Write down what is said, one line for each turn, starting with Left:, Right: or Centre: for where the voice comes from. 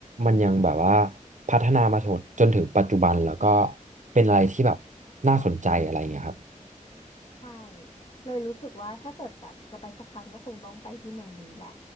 Right: มันยังแบบว่าพัฒนามาถึงจนถึงปัจจุบันแล้วก็เป็นอะไรที่แบบน่าสนใจอะไรอย่างเงี้ยครับ
Left: <laughs> ใช่เลยรู้สึกว่าถ้าเกิดแบบจะไปสักครั้งก็คงต้องไปที่เมืองนี้แหละ